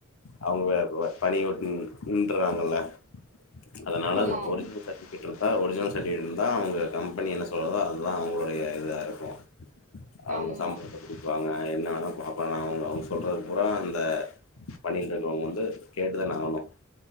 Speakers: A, on the left; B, on the right.
A: அவங்க துவ பணிவுட் நின் நின்றாங்க ளா அதனாலதா
B: ஆமா ஆமா
A: ஒரிஜ்னல் சர்ட்டிஃபிகேட் இருந்தா ஒரு ஒரிஜ்னல் சர்ட்டிஃபிகேட் இருந்தா அவங்க கம்பெனி என்ன சொல்லுதோ அதுதா அவங்களுடைய இதா இருக்கு அவங்க
B: ஆமா
A: சம்பளத்த புடிப்பாங்க அ என்ன வேணா பாப்பாங்க அவங் அவங்க சொல்றது பூரா அந்த பணியில் இருக்கவங்க வந்து கேட்டுதான ஆகணு